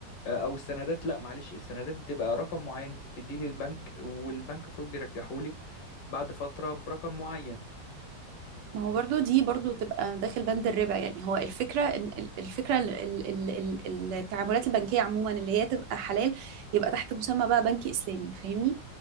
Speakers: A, on the left (about 85°); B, on the right (about 80°).
A: آه، او السندات لا معلش السندات بتبقى رقم معين انت بتديه للبنك والبنك المفروض بيرجحه لك بعد فتره برقم معين
B: ما هو برضو دي برضو تبقى داخل بند الربا يعني هو الفكرة إن- ال- الفكرة ال- ال- ال- ال- التعاملات البنكية عموما اللي هي تبقى حلال يبقى تحت مسمى بقى بنكي إسلامي فاهمني